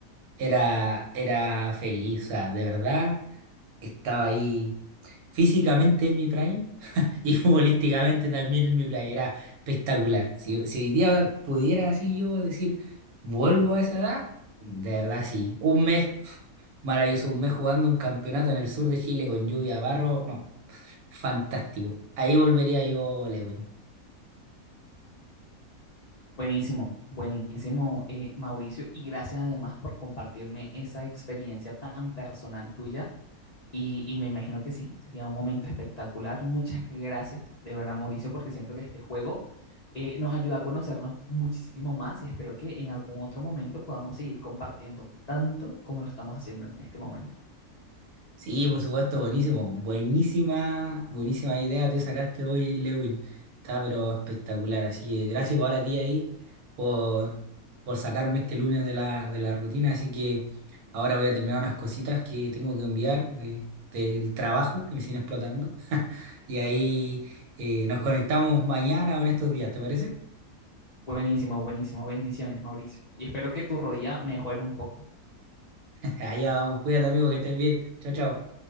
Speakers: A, on the right (about 85°); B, on the left (about 70°).
A: era, era feliz, o sea, de verdad, estaba ahí físicamente en mi prime, y <laughs> futbolísticamente también en mi playera espectacular. Si, si hoy día pudiera así yo decir, vuelvo a esa edad, de verdad sí. Un mes pf, maravilloso, un mes jugando un campeonato en el sur de Chile con lluvia, barro, no, fantástico. Ahí volvería yo, Lewin.
B: Buenísimo, buenísimo, eh, Mauricio, y gracias además por compartirme esa experiencia tan personal tuya Y, y me imagino que sí, sería un momento espectacular. Muchas gracias, de verdad, Mauricio, porque siento que este juego eh, nos ayuda a conocernos muchísimo más y espero que en algún otro momento podamos seguir compartiendo tanto como lo estamos haciendo en este momento.
A: Sí, por supuesto, buenísimo. Buenísima, buenísima idea te sacaste hoy, Lewin. Está pero espectacular. Así que gracias igual a ti ahí por, por sacarme este lunes de la, de la rutina. Así que ahora voy a terminar unas cositas que tengo que enviar de, del trabajo que me siguen explotando. <laughs> Y ahí eh, nos conectamos mañana o en estos días, ¿te parece?
B: Buenísimo, buenísimo. Bendiciones, Mauricio. Y espero que tu rodilla mejore un poco.
A: <laughs> Allá vamos, cuídate amigo, que estés bien. Chao, chao.